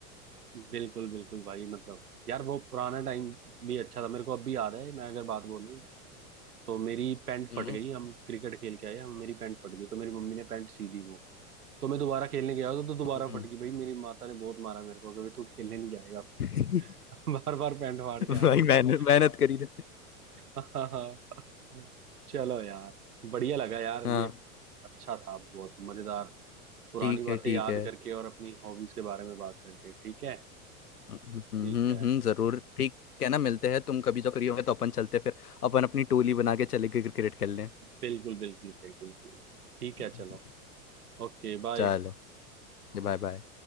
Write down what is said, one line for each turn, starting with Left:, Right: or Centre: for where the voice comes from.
Right: बिल्कुल बिल्कुल भाई मतलब यार वो पुराना टाइम भी अच्छा था मेरे को अब भी याद है मैं अगर बात बोलूँ तो मेरी पैंट
Left: हम्म,
Right: फट गई हम क्रिकेट खेल के आए हम मेरी पैंट फट गई तो मेरी मम्मी ने पैंट सी दी वो तो मैं दोबारा खेलने गया तो, तो दोबारा
Left: हम्म।
Right: फट गई भाई मेरी माता ने बहुत मारा मेरे को कभी तू खेलने नहीं जाएगा
Left: <laughs>
Right: बार बार पैंट फाड़ के आ
Left: भाई
Right: रहा
Left: मेहनत
Right: है
Left: मेहनत करी ना
Right: हाँ, हाँ। चलो यार बढ़िया लगा यार
Left: हाँ
Right: ये अच्छा था बहुत मजेदार पुरानी
Left: ठीक
Right: बातें
Left: है ठीक
Right: याद
Left: है
Right: करके और अपनी हॉबीज के बारे में बात करके ठीक है
Left: हम्म हम्म
Right: ठीक है
Left: हम्म, जरूर ठीक है ना मिलते हैं तुम कभी जब फ्री होगे तो अपन चलते हैं, फिर अपन अपनी टोली बना के चले गए क्रिकेट खेलने
Right: बिल्कुल बिल्कुल भाई बिल्कुल ठीक
Left: हम्म,
Right: है चलो Okay bye
Left: चलो Bye bye